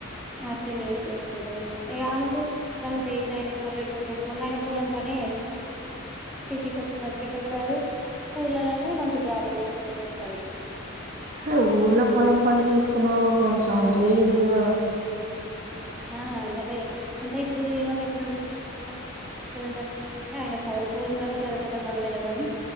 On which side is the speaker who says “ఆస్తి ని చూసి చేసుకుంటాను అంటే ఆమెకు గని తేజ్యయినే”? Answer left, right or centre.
Centre